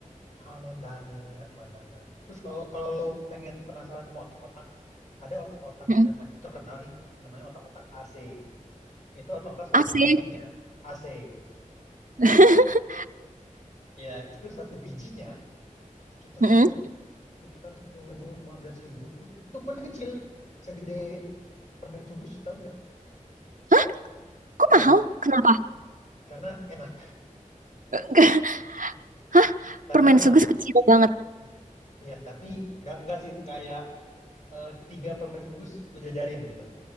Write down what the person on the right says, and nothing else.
Mm-mm.
Asik.
<laughs>
Mm-mm.
Hah? Kok
mahal? Kenapa?
<laughs> Hah?
Permen
sugus kecil banget.